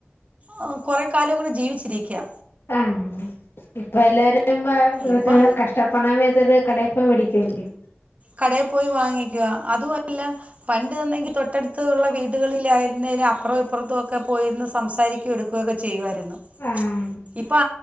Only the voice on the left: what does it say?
ആഹ ഇപ്പ എല്ലാരും
കഷ്ടപ്പെടാ തൊരു കടയിൽ പോ പേടിക്കല്ലേ
ആഹ്